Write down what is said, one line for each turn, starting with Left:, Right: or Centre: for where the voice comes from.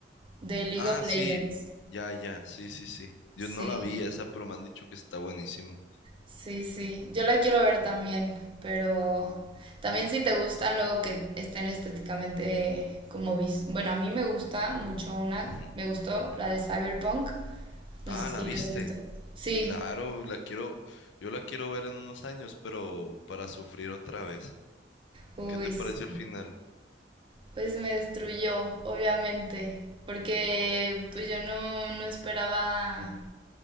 Right: de League
Left: Ah,
Right: of Legends.
Left: sí, ya, ya, sí, sí, sí. Yo
Right: Sí,
Left: no la vi esa, pero me han dicho que está buenísima.
Right: sí, sí, yo la quiero ver también, pero también si te gustan luego que estén estéticamente como, vis- bueno, a mí me gusta mucho una,
Left: Ujú.
Right: me gustó la de Cyberpunk, no
Left: Ah,
Right: sé si
Left: ¿la viste?
Right: la has visto. Sí,
Left: Claro, la quiero, yo la quiero ver en unos años, pero para sufrir otra vez.
Right: uy.
Left: ¿Qué te pareció
Right: sí.
Left: el final?
Right: pues me destruyó, obviamente, porque pues yo no, no esperaba,